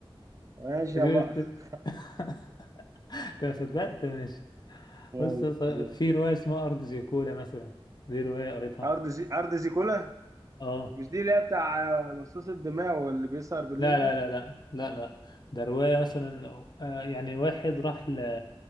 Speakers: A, on the right; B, on the left.
A: ماشي
B: شفت
A: يا بقى <laughs>
B: <laughs> انت ما صدقت ماشي
A: ماشي
B: بص يا اسطى،
A: يا
B: في
A: عم.
B: رواية اسمها أرض زيكولا مثلا دي رواية قريتها
A: ارض زي... ارض زيكولا
B: اه
A: مش دي اللي هي بتاع مصاص الدماء واللي بيسهر بالليل
B: لا لا
A: ده
B: لا لا لا لا ده رواية مثلا آه، يعني واحد راح ل...